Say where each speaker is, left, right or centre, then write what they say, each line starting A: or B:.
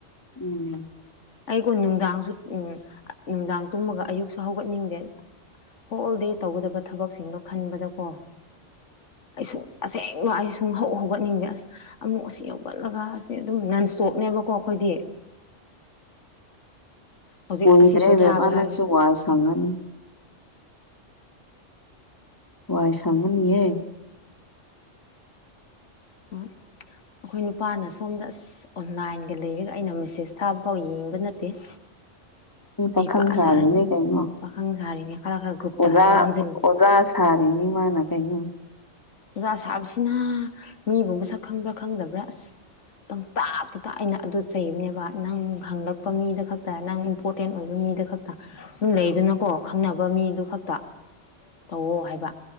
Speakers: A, on the left (about 15°); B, on the left (about 70°).
A: ꯎꯝ
B: ꯑꯩꯀꯣ ꯅꯨꯡꯗꯥꯡꯁꯨ ꯎꯝ ꯅꯨꯡꯗꯥꯡ ꯇꯨꯝꯃꯒ ꯑꯌꯨꯛꯁꯨ ꯍꯧꯒꯠꯅꯤꯡꯗꯦ ꯍꯣꯜ ꯗꯦ ꯇꯧꯒꯗꯕ ꯊꯕꯛꯁꯤꯡꯗꯣ ꯈꯟꯕꯗꯀꯣ ꯑꯩꯁꯨ ꯑꯁꯦꯡꯕ ꯑꯩ ꯁꯨꯡ ꯍꯧ ꯍꯧꯒꯠꯅꯤꯡꯗꯦ ꯑꯁ ꯑꯃꯨꯛ ꯑꯁꯤ ꯍꯧꯒꯠꯂꯒ ꯑꯁꯤ ꯑꯗꯨꯝ ꯅꯟꯁ꯭ꯇꯣꯞꯅꯦꯕꯀꯣ ꯑꯩꯈꯣꯏꯗꯤ ꯍꯧꯖꯤꯛ
A: ꯀꯨꯏꯗ꯭ꯔꯦ
B: ꯑꯁꯤ ꯄꯣꯊꯥꯕ
A: ꯕꯦꯃꯥ ꯅꯪꯁꯨ
B: ꯍꯥꯏꯕ
A: ꯋꯥꯏ ꯁꯪꯉꯅꯤ ꯋꯥꯏ ꯁꯪꯕꯅꯤꯌꯦ
B: ꯎꯝ ꯑꯩꯈꯣꯏ ꯅꯨꯄꯥꯅ ꯁꯣꯝꯗ ꯑꯁ ꯑꯣꯟꯂꯥꯏꯟꯒ ꯂꯩꯔꯒ ꯑꯩꯅ ꯃꯦꯁꯦꯖ ꯊꯥꯕ ꯐꯥꯎ ꯌꯦꯡꯕ ꯅꯠꯇꯦ
A: ꯃꯤ ꯄꯥꯈꯪ
B: ꯍꯩꯄꯥ
A: ꯁꯥꯔꯤꯅꯦ
B: ꯁꯥ
A: ꯀꯩꯅꯣ
B: ꯄꯥꯈꯪ ꯁꯥꯔꯤꯅꯦ ꯈꯔ ꯈꯔ ꯒ꯭ꯔꯨꯞꯇ
A: ꯑꯣꯖꯥ
B: ꯉꯥꯡꯁꯤꯜꯂꯤ
A: ꯑꯣꯖꯥ ꯁꯥꯔꯤꯅꯤ ꯃꯥꯅ ꯀꯩꯅꯣ
B: ꯑꯣꯖꯥ ꯁꯥꯕꯁꯤꯅ ꯃꯤꯕꯨ ꯃꯁꯛ ꯈꯪꯕ꯭ꯔꯥ ꯈꯪꯗꯕ꯭ꯔꯥ ꯑꯁ ꯄꯪꯇꯥꯛꯇ ꯇꯥ ꯑꯩꯅ ꯑꯗꯨ ꯆꯩꯕꯅꯦꯕ ꯅꯪ ꯍꯪꯂꯛꯄ ꯃꯤꯗ ꯈꯛꯇ ꯅꯪ ꯏꯝꯄꯣꯔꯇꯦꯟ ꯑꯣꯏꯕ ꯃꯤꯗ ꯈꯛꯇ ꯁꯝ ꯂꯩꯗꯅ ꯀꯣ ꯈꯪꯅꯕ ꯃꯤꯗꯨ ꯈꯛꯇ ꯇꯧꯋꯣ ꯍꯥꯏꯕ